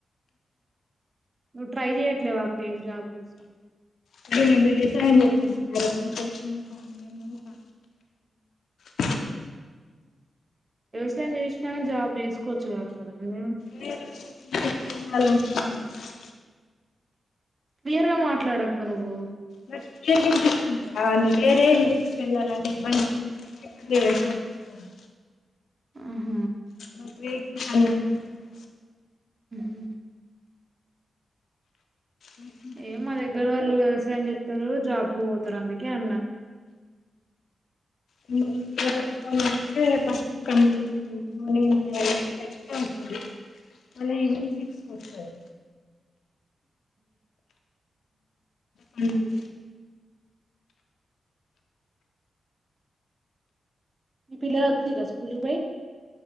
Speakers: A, on the right; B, on the left.
A: నువ్వు ట్రై చేయట్లేవా అక్క ఏం జాబుసా?
B: అదే మేము వ్యవసాయం చేత్తన్నాం కదా <unintelligible>
A: వ్యవసాయం చేసినాగాని, జాబ్ చేసుకోవచ్చు కదా అక్క దాన్ని
B: మీరు <unintelligible> దాల్నుంచి కాదు <unintelligible>
A: క్లియర్ గా మాట్లాడక్క నువ్వు
B: నాకు క్లియర్ గినిపిస్తుంది కదా! నే వేరే విలేజ్ కెల్లాలంటే ఇబ్బందైతుంది. ఇక్కడ మీరు ఏసుకోండి. ఏసుకోండి.
A: ఆహ
B: నాకు వేకే <unintelligible>
A: మ్హు
B: మీకుంటాయా
A: ఏం మా దగ్గర వాళ్ళు వ్యవసాయం చెత్తారు. జాబ్ కు పోతారు అందుకే అన్న.
B: <unintelligible> బస్ కన్వీనియంట్ ఉండదు. మార్నింగ్ గూడా ఎయిట్ థర్టీ కె వస్త ది. మళ్ళీ ఈవనింగ్ సిక్స్ కి వస్తది. మ్మ్
A: మీ పిల్లలొత్తే ఈ రస్క్ లు వేయ్